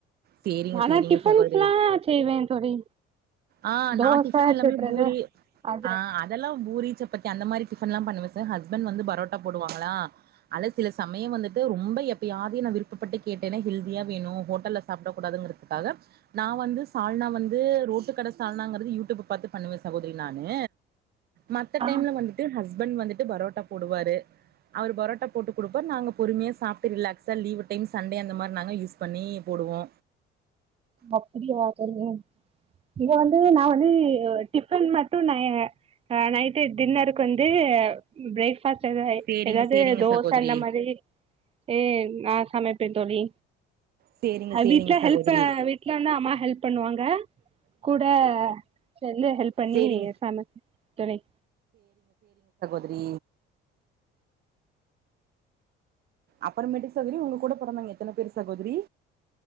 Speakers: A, on the right; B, on the right.
A: சேரிங்க
B: ஆனா
A: சேரிங்க
B: டிஃபன்ஸ்ல்லா
A: சகோதரி.
B: செய்வே தோழி
A: ஆ நா
B: தோச
A: டிஃபன் எல்லாமே
B: சுட்றது
A: பூரி
B: அது
A: ஆ அதல்லா பூரி சு பத் அந்த மாரி டிஃபன்லா பண்ணுவச ஸ்பண்ட் வந்து பரோட்டா போடுவாங்களா ஆன சில சமயம் வந்துட்டு ரொம்ப எப் ப யாரையு நா விருப்பப்பட்டு கேட்டனா ஹெல்தியா வேணு ஹோட்டல்ல சாப்டக் கூடாதுங்குறதுக்காக நா வந்து சாால்னா வந்து ரோட் டு கட சால்னாங்குறது யூடியூப பாத்து பண்ணுவ சகோதரி நானு மத்த
B: ஆ
A: டைம்ல வந்துட்டு ஹஸ் பண் வந்துட்டு பரோட்டா போடுவாரு அவர் பரோட்டா போட்டு குடுப்பார் நாங்க பொறுமையா சாப்ட்டு ரிலாக்ஸா லீவு டைம்க் சண்டே அந்த மாரி நாங்க யூஸ் பண்ணி போடுவோ
B: அப்டியா சரிங்க இங்க வந்து நா வந்து டிஃபன் மட்டு நய ஆ நைட்டு டின்னருக் கு வந்து ப்ரேக் <unintelligible>
A: சேரிங்க
B: ஏதாது
A: சேரிங்க
B: தோச
A: சகோதரி
B: அந்த மாதிரி ஏ நா சமைப்பே தோழி
A: சேரிங்க
B: அ
A: சேரிங்க
B: வீட்ல
A: சகோதரி
B: ஹெல்ப்ப து அம்மா ஹெல்ப் பண்ணுவாங்க கூட சேந்து ஹெல்ப் பண்ணி
A: சேரிங்க
B: சம துணை
A: தரி அப்பறமேட்டுக்கு சகோதரி உங்க கூட பொறந்தாவங்க எத்தன பேரு சகோதரி